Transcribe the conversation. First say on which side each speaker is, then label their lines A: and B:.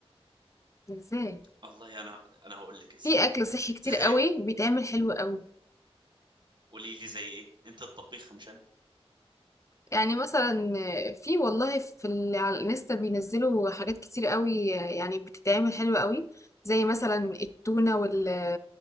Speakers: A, on the left (about 30°); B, on the right (about 45°).
A: ازاي
B: والله انا انا هقول لك ازاي
A: في اكل صحي كتير
B: تخيل
A: قوي بيتعمل حلو قوي
B: قولي لي زي ايه انت الطبيخه مش انا
A: يعني مثلا في والله في ال... على الانستا بينزلوا حاجات كتير قوي يعني بتتعمل حلوة قوي زي مثلا التونة وال